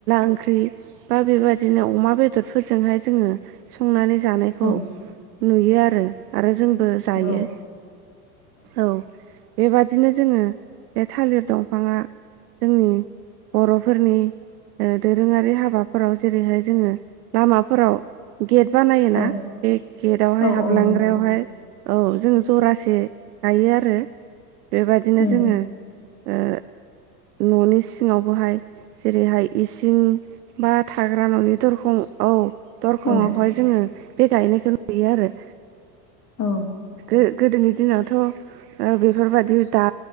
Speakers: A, on the right; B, on the left.
A: ओंख्रि बा बेबादिनो अमा बेदरफोरजोंहाय जोङो संनानै जानायखौ
B: औ
A: नुयो आरो आरो जोंबो जायो
B: औ औ
A: औ बेबादिनो जोङो बे थालिर दंफाङा जोंनि बर'फोरनि ओ दोरोङारि हाबाफोराव जेरैहाय जोङो लामाफोराव गेट बानायोना
B: औ
A: बे गेटावहाय
B: औ
A: हाबलांग्रायावहाय
B: औ नंगौ
A: औ जोङो जरासे गायो आरो बेबायदिनो
B: औ
A: जोङो ओ न'नि सिङावबोहाय जेरैहाय इसिं बा थाग्रा न'नि दरखं औ दरखंआवहाय
B: औ
A: जोङो बे गायनायखौ नुयो आरो
B: औ
A: गो गोदोनि दिनावथ' बेफोरबायदि दा